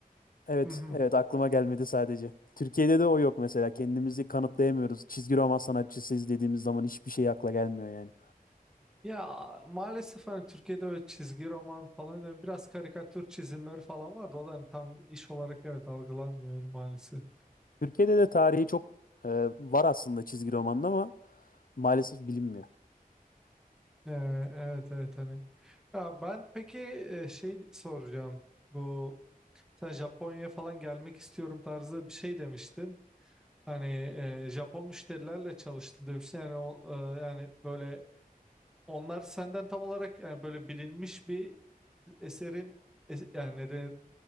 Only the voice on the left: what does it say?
Evet,
evet aklıma gelmedi sadece. Türkiye'de de o yok mesela. Kendimizi kanıtlayamıyoruz. Çizgi roman sanatçısıyız dediğimiz zaman hiçbir şey akla gelmiyor yani.
Türkiye'de de tarihi çok e, var aslında çizgi romanın ama maalesef bilinmiyor.